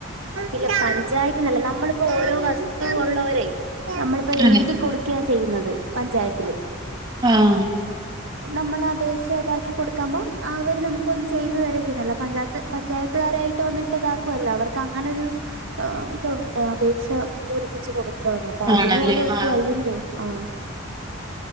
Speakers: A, on the right (about 75°); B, on the right (about 20°).
A: ഇല്ല പഞ്ചായത്ത്ന്നല്ല നമ്മളിപ്പോ ഓരോ വസ്തു ഉള്ളവരെ നമ്മളിപ്പോ
B: അതെ
A: എഴുതി കൊടുക്കയാ ചെയ്യുന്നത് പഞ്ചായത്തില്
B: ആഹ
A: നമ്മള അപേക്ഷ ഇതാക്കി കൊടുക്കാപോ അവര് നമുക്ക്ന്ന് ചെയ്തു തരെ ചെയ്യുന്നല്ല പഞ്ചായത്ത് പഞ്ചായത്തുകാരായിട്ട് വന്നിട്ട് ഇതാക്കുവല്ലോ അവർക്ക് അങ്ങനെരു ഇതുണ്ട് അപേക്ഷ പൂരിപ്പിച്ച്കൊടുക്കും അപ്പോ അതിനുപോലും
B: ആണല്ലേ
A: അവർക്ക്
B: ആഹ്
A: വയ്യ തോന്നും ആ